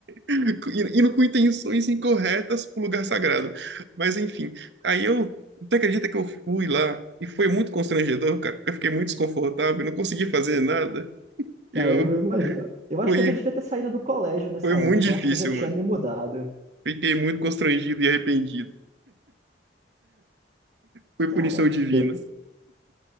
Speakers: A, on the right; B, on the right.
A: <laughs> indo com intenções incorretas pro lugar sagrado. Mas enfim, aí eu. Tu acredita que eu fui lá e foi muito constrangedor, cara? porque Eu fiquei muito desconfortável, não consegui fazer nada. Eu
B: Caramba, eu imagino. Eu acho
A: foi
B: que eu já devia ter saído do colégio nessa
A: foi muito
B: época.
A: difícil,
B: Eu acho que eu já tinha
A: mano.
B: me mudado.
A: Fiquei muito constrangido e arrependido. Foi
B: Cara,
A: punição divina.
B: eu,